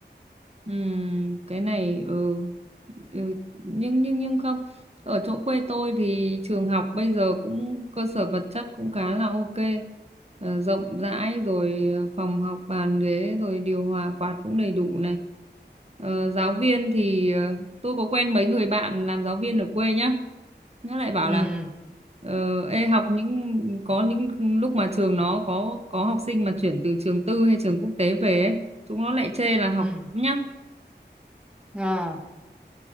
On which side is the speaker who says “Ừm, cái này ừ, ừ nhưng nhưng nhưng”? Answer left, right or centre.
Right